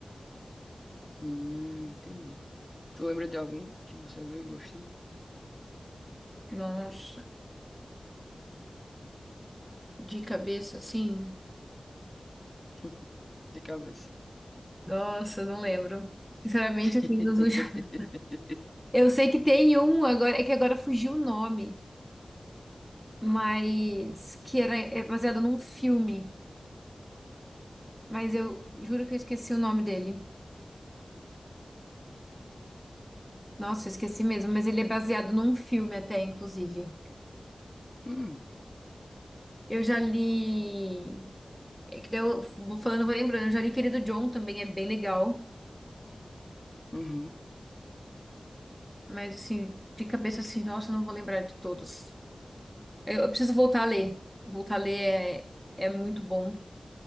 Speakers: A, on the left; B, in the centre.
A: Hum, entendi. Tu lembra de algum que você leu e gostou?
B: Nossa, de cabeça, assim.
A: <laughs> De cabeça.
B: Nossa, não lembro. Sinceramente,
A: <laughs>
B: assim, dos últimos. <laughs> Eu sei que tem um agora, é que agora fugiu o nome, mas que era é baseado num filme. Mas eu juro que eu esqueci o nome dele. Nossa, eu esqueci mesmo, mas ele é baseado num filme até, inclusive.
A: Hum,
B: Eu já li. É que daí eu vou falando, eu vou lembrando. Eu já li Querido John também, é bem legal.
A: uhum.
B: Mas assim, de cabeça assim, nossa, eu não vou lembrar de todos. Eu, eu preciso voltar a ler. Voltar a ler é, é muito bom.